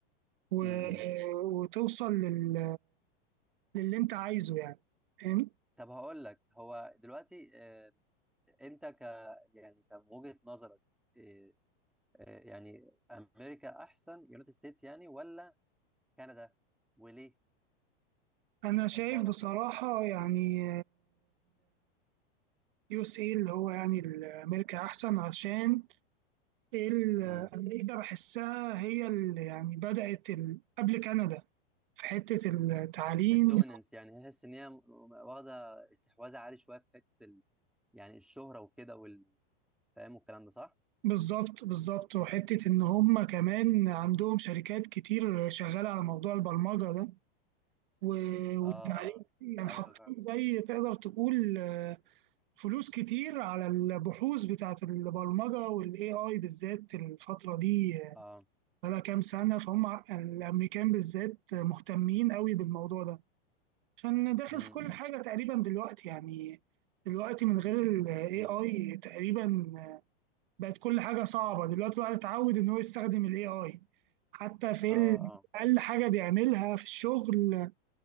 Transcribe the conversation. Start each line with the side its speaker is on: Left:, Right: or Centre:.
Right: و-
Centre: م -م.
Right: وتوصل لل... للي انت عايزه يعني فاهم
Centre: طب هقول لك هو دلوقتي آه، انت ك يعني كان وجهة نظرك آه، آه، يعني امريكا احسن يونايتد ستيتس يعني ولا كندا وليه
Right: انا شايف
Centre: لو تعرف
Right: بصراحة
Centre: يعني
Right: يعني يو اس اي اللي هو يعني ال- امريكا احسن عشان ال-
Centre: امم
Right: امريكا بحسها هي اللي يعني بدأت ال... قبل كندا في حتة التعليم
Centre: الدوميننس يعني تحس ان هي م- واخده استحواذ عالي شويه في حته ال... يعني الشهره وكده وال فاهم والكلام ده صح؟
Right: بالظبط بالظبط وحتة إن هم كمان عندهم شركات كتير شغالة على موضوع البرمجة ده و- والتعليم
Centre: اه اه
Right: يعني
Centre: ايوه
Right: حاطين
Centre: فاهم
Right: زي تقدر تقول فلوس كتير على البحوث بتاعة البرمجة والاي اي بالذات الفترة دي
Centre: اه
Right: بقالها كام سنة فهم ع- الامريكان بالذات مهتمين قوي بالموضوع ده عشان داخل
Centre: امم
Right: في كل حاجة تقريبا دلوقتي يعني دلوقتي من غير الاي
Centre: امم
Right: اي تقريبا بقت كل حاجة صعبة دلوقتي الواحد اتعود ان هو يستخدم الاي اي حتى في
Centre: اه
Right: ال-
Centre: اه
Right: اقل حاجة بيعملها في الشغل